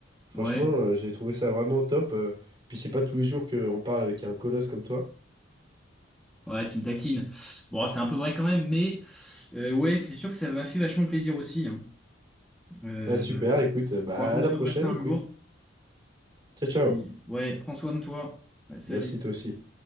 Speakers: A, on the right; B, in the centre.
A: Franchement,
B: ouais,
A: euh, j'ai trouvé ça vraiment top. euh, puis c'est pas tous les jours qu'on parle avec un colosse comme toi.
B: ouais, tu me taquines. Bon, c'est un peu vrai quand même, mais euh, ouais, c'est sûr que ça m'a fait vachement plaisir aussi. Hein. Euh,
A: Ah, super, écoute, euh, bah
B: faudra qu'on
A: à la
B: se
A: prochaine,
B: refasse ça un
A: écoute.
B: jour.
A: Ciao, ciao.
B: Et- Ouais, prends soin de toi. bah, Salut.
A: Merci toi aussi.